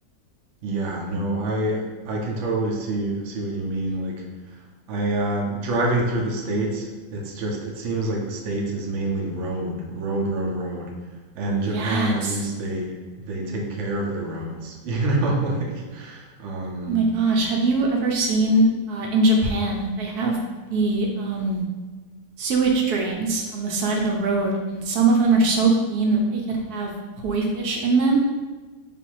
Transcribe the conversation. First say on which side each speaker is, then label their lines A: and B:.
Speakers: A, on the right; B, on the right.
A: Yeah, no, I I can totally see see what you mean. Like I uh driving through the States, it's just it seems like the States is mainly road, road, road, road. And
B: Yes.
A: Japan at least they they take care of their roads, <laughs> you know, like um
B: Oh my gosh, have you ever seen uh, in Japan they have the um, sewage drains on the side of the road, and some of them are so clean that they could have koi fish in them?